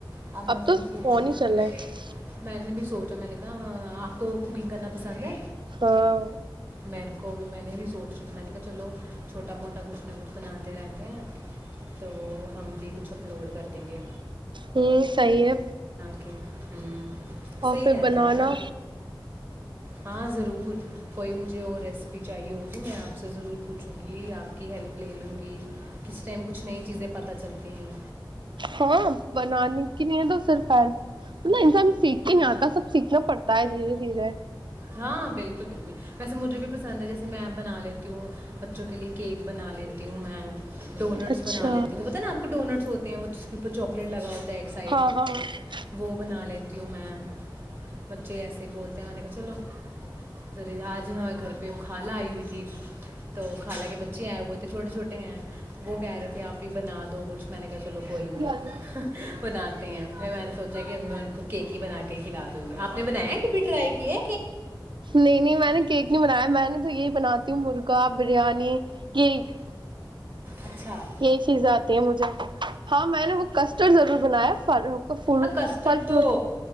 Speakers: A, on the right (about 25°); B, on the right (about 70°).
A: اب میں وہی
B: تو
A: سوچ
B: فون
A: رہی
B: ہی چل
A: تھی
B: رہا ہے
A: میں نے بھی سوچا میں نے کہ آپ کو کوکنگ کرنا پسند ہے
B: ہاں
A: میرے کو بھی میں نے بھی سوچی تھی میں نے کہا چلو چھوٹا موٹا کچھ نہ کچھ بناتے رہتے ہیں تو ہم بھی کچھ اپلوڈ کر دیں گے
B: ہوں صی ہے
A: ک ہوں
B: اور
A: صحیح
B: پھر
A: رہتا
B: بنانا
A: ہے یار ہاں ضرور کوئی مجھے اور ریسیپی چاہیے ہوگی میں آپ سے ضرور پوچھوں گی آپ کی ہیلپ لے لوں گی کس ٹائم کچھ کچھ نئی چیزیں پتہ چلتی ہیں
B: ہاں بنانے کی نہیں ہے تو صرف ہیپ انسان سیکھ کے نہیں آتا سب سیکھنا پڑتا تائے دھیرے دھیر
A: ہاں، بالکل، بالکل۔ ویسے مجھے بھی پسند ہے جیسے میں بنا لیتی ہوں بچوں کے لیے کیک بنا لیتی ہوں میں ڈونٹس
B: اچھا
A: بنا لیتی ہ پتا نا آپ کو ڈونٹس ہوتے وہ اس کے اور چاکلیٹ لگا ہو ایک سائڈ
B: ہاں ہاں
A: وہ بنا لی تیوں میں بچے ایسے بولتے ہیں میں نے کہا چلو ذر آج ہمیں گھر پہ کھال آئی ہوئی تھی تو خالان کےہ بچے آئے ہوئے تھ تو چھوٹے چھوٹے ہیں وہ کہہ رہے کہ آپ ہی بنا دو کچھ میں نے چلو کوئیئی
B: ہوں
A: نہیں بناتے ہیں پھر میں نے سوچا کہ میں ان کو کیک ہی بنا کے کھلا دوں گی آپ نے بنایا کبھی ٹرائی کیے
B: نہیں نہیں میں نے کیک نہیں بنایا میں نے تو یہی بناتی ہوں مرغا بریانی کیک
A: اچھا
B: یہی چیزیں آتی ہیں مجھے ہاں میں نے وہ کسٹرڈ ضرور بنایا ف ک ف
A: ہاں کسٹرڈ
B: فل
A: تو
B: فروٹ